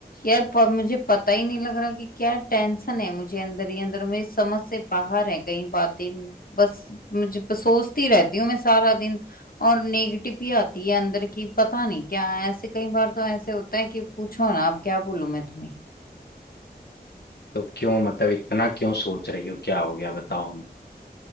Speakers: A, on the left (about 60°); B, on the left (about 85°).
A: यार प, मुझे पता ही नहीं लग रहा कि क्या टेंशन है मुझे अंदर ही अंदर मेरी समझ से बाहर है कई बातें बस मुझे बस सोचती रहती हूँ मैं सारा दिन और नेगेटिव ही आती है अंदर की पता नहीं क्या ऐसे कई बार तो ऐसे होता है कि पूछो ना अब क्या बोलूं मैं तुम्हें
B: तो क्यों मतलब इतना क्यों सोच रही हो क्या हो गया बताओ हमें